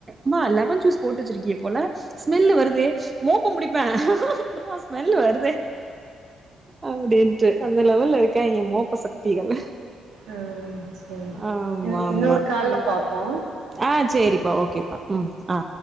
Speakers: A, on the right; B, on the right.
A: ம்மா லெமன் ஜூஸ் போட்டுவச்சிருக்கபோல ஸ்மெல் வருதே
B: ஆ
A: மோப்ப புடிப்ப ஸ்மெல் வருதே அப்டின்ட்டு அந்த லெவல்ல இருக்காங்க மோப்ப சக்திகள்
B: ஆ சேரி
A: ஆமா
B: இ
A: ஆமா
B: இன்னோரு கால்ல
A: ம்
B: பாப்போ
A: ஆ சேரிப்பா ஓகேப்பா ம் ஆ